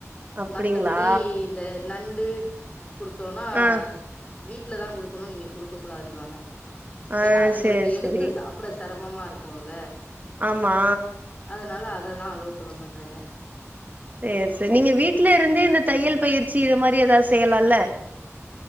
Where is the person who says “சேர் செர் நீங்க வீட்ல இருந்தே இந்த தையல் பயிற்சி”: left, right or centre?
Right